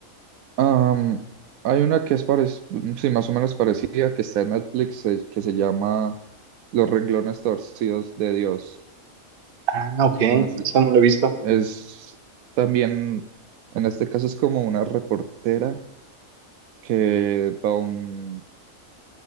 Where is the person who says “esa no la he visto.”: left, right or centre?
Right